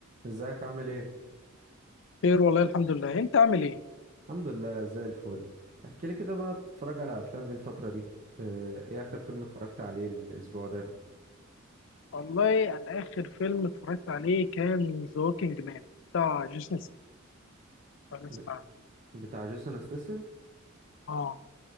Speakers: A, on the right; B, on the left.
A: ازيك عامل ايه
B: خير والله الحمد لله انت عامل ايه
A: الحمد لله زي الفل احكي لي كده بقى بتتفرج على افلام ايه الفتره دي اه، ايه اخر فيلم اتفرجت عليه الاسبوع ده
B: والله انا اخر فيلم اتفرجت عليه كان ذا ووكينج مان بتاع جيسون ستاثام اسمع
A: ب...
B: عنه.
A: بتاع جيسون استسم
B: اه